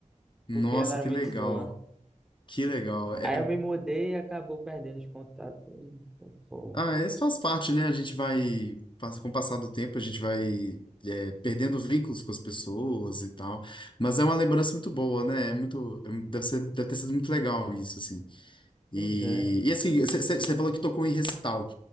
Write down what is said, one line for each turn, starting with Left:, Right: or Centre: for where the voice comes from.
Left: Nossa,
Centre: porque ela era
Left: que
Centre: muito
Left: legal.
Centre: boa.
Left: Que legal. É,
Centre: Aí eu me mudei e acabou perdendo os contatos. Pô,
Left: Ah, isso faz parte, né? A gente vai, passa- com o passar do tempo, a gente vai é, perdendo vínculos com as pessoas e tal. Mas é uma lembrança muito boa, né? É muito, é deve ser, deve ter sido muito legal isso, assim.
Centre: Pois
Left: E,
Centre: é.
Left: e assim, você falou que tocou em recital.